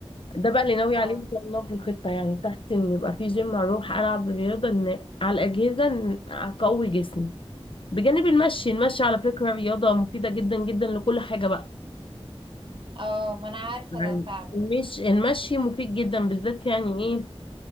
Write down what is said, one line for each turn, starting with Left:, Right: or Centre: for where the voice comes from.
Left: ده بقى اللي ناوي
Right: اه
Left: عليه ان شاء الله في الخطة يعني بتاعتي ان يبقى في جيم اروح العب رياضة ان على الاجهزة ان اقوي جسمي بجانب المشي المشي على فكرة رياضة مفيدة جدا جدا لكل حاجة بقى
Right: اه ما انا عارفة
Left: يعني
Right: ده فعلا
Left: مش المشي مفيد جدا بالذات يعني ايه